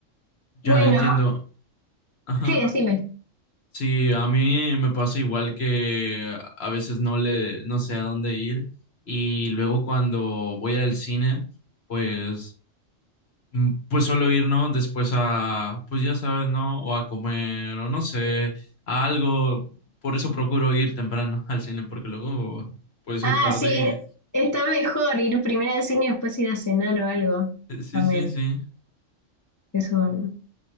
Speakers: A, on the left; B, on the left.
A: bueno,
B: Ya entiendo. Ajá.
A: sí, decime.
B: Sí, a mí me pasa igual que a veces no le, no sé a dónde ir y luego cuando voy al cine, pues Mm, Pues solo ir, ¿no? Después a, pues ya sabes, ¿no? O a comer, o no sé, a algo. Por eso procuro ir temprano <laughs> al cine, porque luego puedes
A: Ah,
B: ir tarde
A: sí, es-
B: y...
A: está mejor ir primero al cine y después ir a cenar o algo
B: eh, Sí,
A: también.
B: sí, sí.
A: Eso.